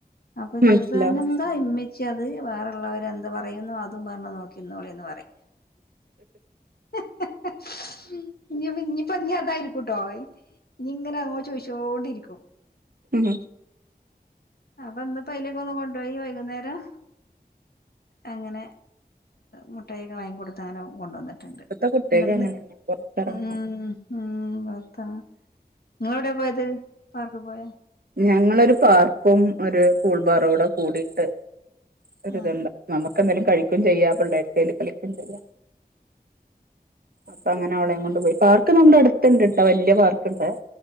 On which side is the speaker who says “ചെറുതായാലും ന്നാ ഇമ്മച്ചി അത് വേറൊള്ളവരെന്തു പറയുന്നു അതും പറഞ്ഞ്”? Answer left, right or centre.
Left